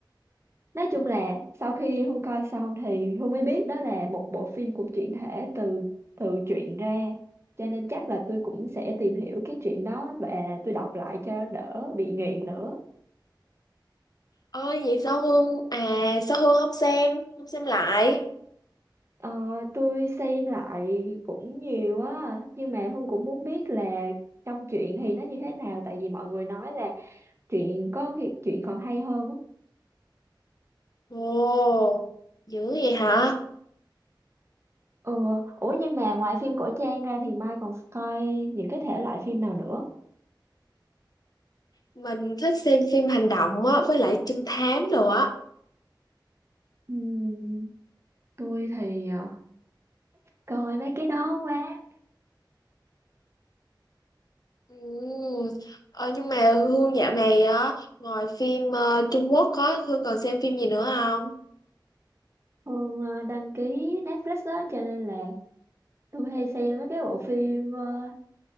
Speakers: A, on the right (about 35°); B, on the left (about 50°).
A: nói chung là sau khi Hương coi xong thì Hương mới biết đó là một bộ phim cũng chuyển thể từ từ truyện ra cho nên chắc là tôi cũng sẽ tìm hiểu cái chuyện đó và tôi đọc lại cho đỡ bị nghiện nữa
B: Ôi vậy sao Hương? À sao Hương không xem? Không xem lại.
A: Ờ, tôi xem lại cũng nhiều á nhưng mà Hương cũng muốn biết là trong truyện thì nó như thế nào tại vì mọi người nói là truyện có khi truyện còn hay hơn á.
B: Ồ, dữ vậy hả?
A: Ừ. Ủa nhưng mà ngoài phim cổ trang ra thì Mai còn coi những cái thể loại phim nào nữa?
B: Mình thích xem phim hành động á, với lại trinh thám nữa
A: Ừm, tôi thì ờ, coi mấy cái đó quá.
B: Ừ. Ờ, nhưng mà Hương dạo này á, ngoài phim ờ, Trung Quốc á, Hương còn xem phim gì nữa không?
A: Hương ờ, đăng ký Netflix đó cho nên là tôi hay xem mấy cái bộ phim ờ,